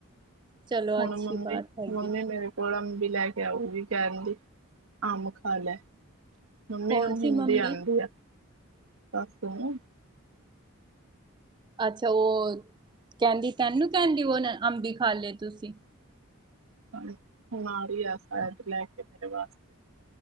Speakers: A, on the right; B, on the right.
A: ਚਲੋ
B: ਹੁਣ
A: ਅੱਛੀ
B: ਮੰਮੀ
A: ਬਾਤ ਹੈਗੀ
B: ਮੰਮੀ ਮੇਰੇ ਕੋਲ ਅੰਬ ਵੀ ਲੈ ਕੇ ਆਉਗੀ ਕਹਿ ਦਿੰਦੀ ਅੰਬ ਖਾ ਲੈ। ਮੰਮੀ
A: ਕੌਣ
B: ਨੂੰ
A: ਸੀ
B: ਹਿੰਦੀ
A: ਮੰਮੀ
B: ਆਂਦੀ ਆ ਸੱਸ ਨੂੰ।
A: ਅੱਛਾ ਉਹ ਕਹਿੰਦੀ ਤੇਨੂੰ ਕਹਿੰਦੀ ਉਹ ਅੰਬੀ ਖਾ ਲਏ ਤੁਸੀਂ?
B: ਬੀਮਾਰੀ ਆ ਸ਼ਾਇਦ ਲੈ ਕੇ ਮੇਰੇ ਵਾਸਤੇ।